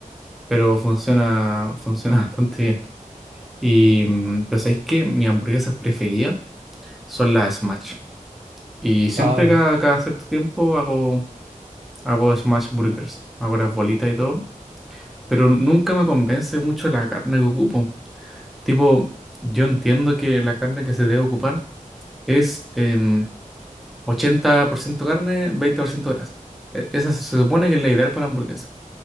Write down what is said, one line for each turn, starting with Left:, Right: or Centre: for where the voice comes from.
Centre: pero funciona, funciona <laughs> bastante bien. Y mm, pero sabéis que mis hamburguesas preferidas son las Smash. Y siempre
Right: Ah, ya.
Centre: cada, cada cierto tiempo hago, hago Smash Burgers, hago las bolitas y todo. Pero nunca me convence mucho la carne que ocupo. Tipo, yo entiendo que la carne que se debe ocupar es em, 80% carne, 20% grasa. E- Esa se
Right: Chuta.
Centre: supone que es la ideal para la hamburguesa.